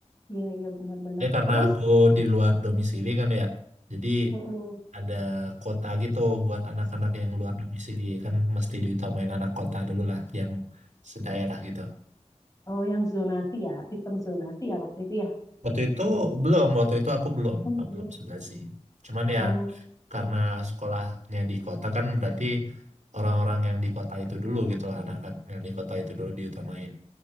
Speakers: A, on the left; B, on the right.
A: iya iya benar-benar.
B: Tapi karena
A: Terus
B: aku di luar domisili kan ya, jadi
A: mm
B: ada kota gitu buat anak-anak yang luar domisili kan mesti diutamain anak kota dulu lah yang sedaerah gitu.
A: Oh, yang zonasi ya, sistem zonasi ya waktu itu ya.
B: Waktu itu belum, waktu itu aku belum,
A: Oh,
B: aku
A: bener
B: belum segazi. Cuman ya
A: Oh,
B: karena sekolahnya di kota kan berarti orang-orang yang di kota itu dulu gitu lah, anak-anak yang di kota itu dulu diutamain.